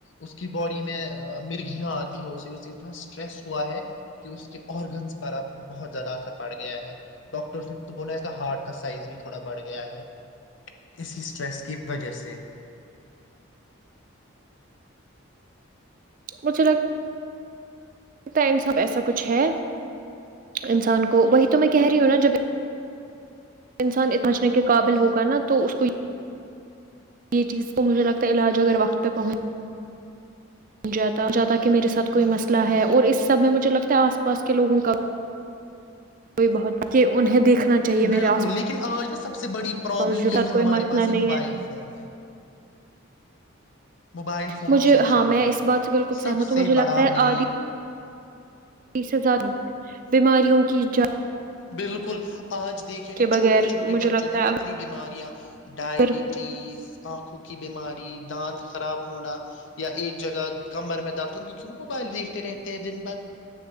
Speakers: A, on the left; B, on the right.
A: اس کی باڈی میں مرگیاں آتی ہے اسے اتنا اسٹریس ہوا ہے کہ اس کے آرگنس پر اب بہت زیادہ اثر پڑ گیا ہے ڈاکٹرس نے تو بولا ہے کا ہارٹ سائز بھی تھوڑا بڑھ گیا ہے اسی اسٹریس کی وجہ سے
B: مھے ل لگتا ہے ان سب ایسا کچھ ہے انسان کو وہی تو میں کہہ رہی ہوں نا جب انسان سنچنے کے قابل ہوگا نا تو اس کو یہ چیز تو مجھے لگتا ہے علاج اگر وقت پہ پہنچ جات جہ ت کہ میرے ساتھ کوئی مسئلہ ہے اور اس سب میں مجھے لگتا ہے آس پاس کے لوگوں کا کوئی بہت کہ انہیں دیکھنا چاہیے
A: بالکل
B: میرے آس
A: لیکن آج ن سب سے بڑی پرابلم
B: پاس جو
A: یہ
B: ساتھ
A: ہے
B: کوئی
A: ہمارے
B: مسئلہ
A: پاس یہ
B: نہیں
A: موبائل
B: ہے
A: فون ہے موبائل فون
B: مجھے
A: اور سوشل
B: ہاں میں
A: میڈیا
B: اس بات سے بالکل
A: سب
B: سہمت تو
A: سے
B: مجھے لگتا
A: بڑا
B: ہے
A: مین
B: آدھی سے زیادہ بیماریوں کی جائے <unintelligible>
A: بالکل <unintelligible> ل آج دیکے نا
B: کے
A: چھوٹے
B: بغیر
A: چھوٹے
B: مجھے
A: بچوں
B: لگتا
A: میں
B: ہے
A: کتنی بیماریاں ڈائبٹیز
B: اگر
A: آنکھوں کی بیماری <unintelligible> دانت خراب ہونا یا ایک جگہ کمر میں درت ہوں کی کی موبائل دیکھتے رہتے ہیں دن بھر